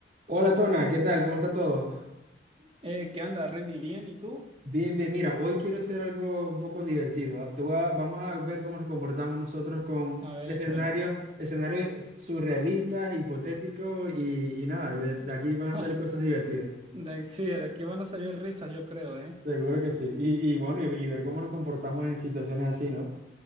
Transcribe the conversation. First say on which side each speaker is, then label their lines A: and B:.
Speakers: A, on the right; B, on the right.
A: Hola Tona, ¿qué tal? ¿Cómo está todo?
B: Eh, ¿qué onda, Reni? ¿Bien? ¿Y tú?
A: Bien, bien, mira, hoy quiero hacer algo un poco divertido. Te voy a- vamos a ver cómo nos comportamos nosotros con
B: A ver,
A: escenarios,
B: échamelo.
A: escenarios surrealistas, hipotéticos y, y nada, y de, de aquí van a
B: <laughs>
A: salir cosas divertidas.
B: De, sí, de aquí van a salir risas, yo creo, ¿eh?
A: Seguro que sí. Y, y bueno, y, y ver cómo nos comportamos en situaciones así, ¿no?